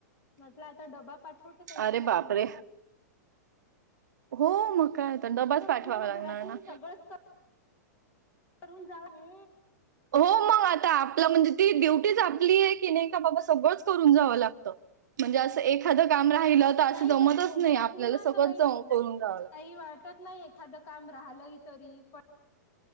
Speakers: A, on the left; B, on the right.
A: म्हटलं आता डबा पाठवत त्यांच्यासाठी
B: अरे बापरे हो मग काय आता डबाच
A: असं
B: पाठवावा
A: म्हटलं
B: लागणार
A: घरातून
B: ना
A: सगळंच करून जा रे
B: हो मग आता आपलं म्हणजे ती ड्युटीच आपली आहे की नाही का बाबा सगळंच करून जावं लागतं म्हणजे असं एखादं काम राहिलं तर
A: नाही
B: असं जमतच
A: कशी मम्मी
B: नाही
A: असली
B: आपल्याला
A: ना
B: सगळं
A: तर काही
B: करून जावं लागत
A: काही वाटत नाही एखाद काम राहिलं तरी पण